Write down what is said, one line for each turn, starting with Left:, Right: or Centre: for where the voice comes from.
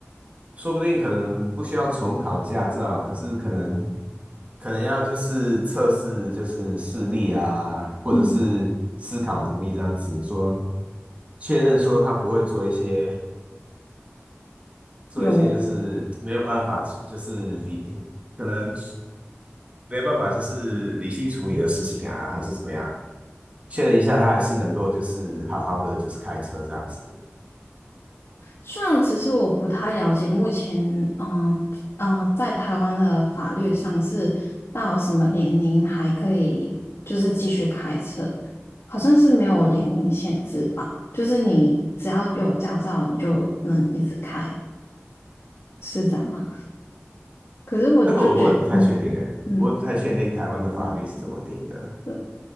Right: 说不定可能不需要重考驾照，可是可能可能要就是测试就是视力啊，或者是思考能力这样子，
Left: 嗯，
Right: 说确认说他不会做一些。做一些就是没有办法，
Left: 有。
Right: 就是理可能没有办法就是理性处理的事情啊，还是怎么样，确认一下他还是能够就是好好的就是开车这样子。
Left: 虽然其实我不太了解目前，嗯、呃嗯、呃呃在台湾的法律上是到什么年龄还可以就是继续开车，好像是没有年龄限制吧？就是你只要有驾照，你就能一直开，是这样吗？可是我就觉得，
Right: 这个我我也不太确定诶，
Left: 嗯嗯，
Right: 我也不太确定台湾的法律是怎么定的，
Left: 对对，